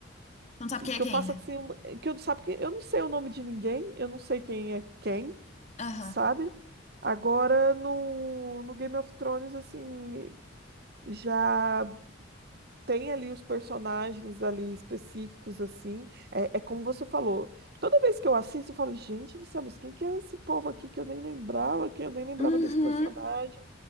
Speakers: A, on the left; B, on the right.
A: Não sabe quem é
B: que
A: quem,
B: eu faço
A: né?
B: assim, que eu não sabe que eu não sei o nome de ninguém, eu não sei quem é quem.
A: Aham.
B: sabe? Agora no, no Game of Thrones, assim, já tem ali os personagens ali específicos, assim. É, é como você falou. Toda vez que eu assisto, eu falo, gente do céu, mas quem que é esse povo aqui que eu nem lembrava, que eu nem lembrava
A: Uhum,
B: desse personagem